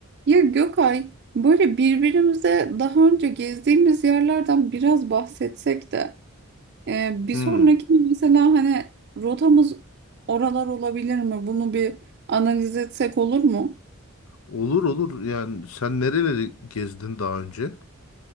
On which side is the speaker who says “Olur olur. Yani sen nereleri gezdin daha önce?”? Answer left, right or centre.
Left